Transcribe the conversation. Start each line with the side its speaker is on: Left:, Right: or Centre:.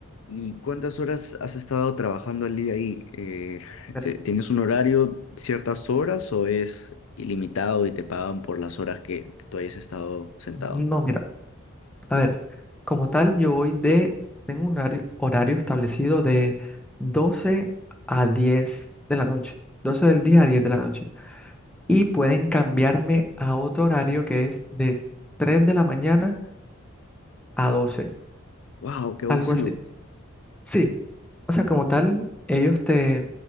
Left: ¿Y cuántas horas has estado trabajando al día ahí? Eh,
Centre: Pero,
Left: ¿te- ¿tienes un horario, ciertas horas o es ilimitado y te pagan por las horas que, que tú hayas estado sentado?
Centre: No, mira, a ver, como tal, yo voy de, tengo un horario, horario establecido de 12 a 10 de la noche, 12 del día a 10 de la noche. Y pueden cambiarme a otro horario que es de 3 de la mañana a doce
Left: Wow, qué abusivo.
Centre: algo así. Sí, O sea, como tal, ellos te,